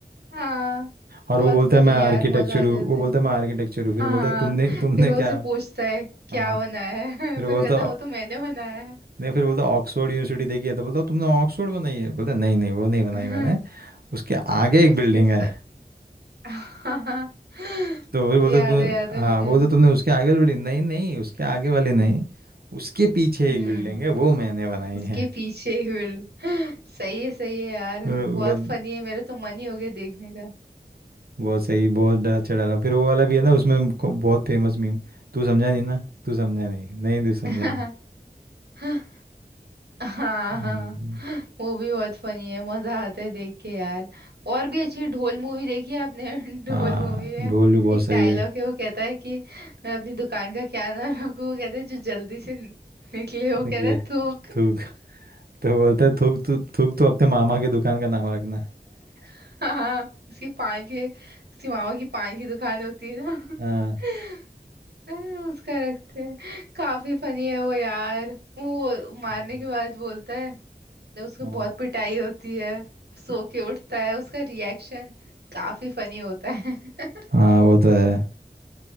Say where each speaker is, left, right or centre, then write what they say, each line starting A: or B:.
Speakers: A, on the right; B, on the right.
A: हाँ
B: और
A: बहुत
B: वो बोलता
A: फनी
B: है मैं आर्किटेक्चर
A: यार मजा आ
B: हूँ
A: जाता
B: वो बोलता
A: है
B: है मैं आर्किटेक्चर हूँ फिर
A: हाँ
B: बोलता है तुमने तुमने
A: फिर वो
B: क्या
A: से पूछता है क्या
B: हाँ
A: बनाया
B: फिर
A: है <laughs> फिर
B: बोलता
A: कहता है वो तो मैंने बनाया
B: नहीं फिर बोलता ऑक्सफोर्ड यूनिवर्सिटी देखी है तो बोलता तुमने ऑक्सफोर्ड बनाई है बोलता नहीं नहीं वो नहीं बनाई
A: है
B: मैंने
A: <laughs>
B: उसके आगे एक
A: उसके
B: बिल्डिंग
A: साथ
B: है
A: <laughs>
B: तो फिर बोलता
A: याद
B: तुम
A: है याद है
B: हाँ
A: मुझे
B: बोलता तुमने उसके आगे वाली बिल्डिंग नहीं नहीं उसके आगे वाली नहीं उसके पीछे
A: हम्म
B: एक बिल्डिंग है वो मैंने बनाई
A: उसके
B: है
A: पीछे ही भीड़ <laughs> सही है सही है यार
B: वो
A: बहुत
B: वो,
A: फनी है मेरे तो मन ही हो गया देखने
B: बहुत सही बहुत डा- अच्छा डाला फिर वो वाला भी है ना उसमें को- बहुत फेमस मीम तू समझा नहीं ना तू समझा नहीं नहीं तू समझा
A: का
B: नहीं
A: <laughs> हाँ
B: हम्म,
A: हाँ वो भी बहुत फनी है मजा आता है देख के यार और भी अच्छी ढोल मूवी देखी है आपने <laughs> ढोल
B: हाँ
A: मूवी में
B: ढोल भी बहुत
A: एक
B: सही
A: डायलॉग
B: है
A: है वो कहता है कि मैं अपनी दुकान का क्या नाम रखूं वो कहता है जो जल्दी से निकले वो
B: निकले
A: कहता है थूक
B: थूक <laughs> तो बोलता है थूक तू थूक तो अपने मामा की दुकान का नाम रखना
A: <laughs> हाँ उसकी पान के उसकी मामा की पान की दुकान होती है ना
B: हाँ
A: <laughs> हाँ, उसका रखते हैं काफी फनी है वो यार वो मारने
B: हम्म।
A: के बाद बोलता है जब उसको
B: हाँ
A: बहुत पिटाई होती है सो के उठता है उसका रिएक्शन काफी फनी होता है <laughs>
B: हाँ वो तो है